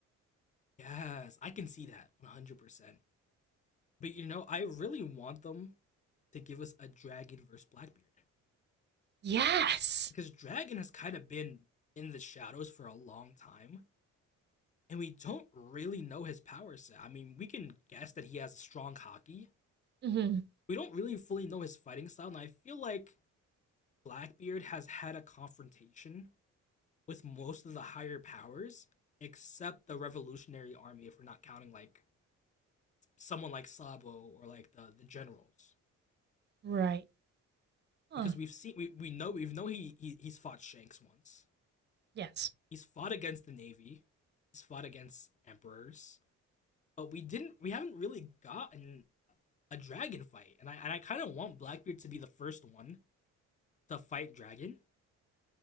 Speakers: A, on the left; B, on the right.
A: <laughs> yes i can see that 100% But you know, I really want them to give us a Dragon versus Blackbeard
B: Yes.
A: because Dragon has kind of been in the shadows for a long time, and we don't really know his power set. I mean, we can guess that he has a strong hockey.
B: hmm
A: We don't really fully know his fighting style, and I feel like Blackbeard has had a confrontation with most of the higher powers, except the Revolutionary Army, if we're not counting like someone like Sabo or like the, the generals.
B: Right. Huh.
A: because we've seen we, we know we know he, he he's fought Shanks once.
B: Yes.
A: He's fought against the Navy. He's fought against emperors. But we didn't we haven't really gotten a dragon fight. And I and I kind of want Blackbeard to be the first one to fight dragon,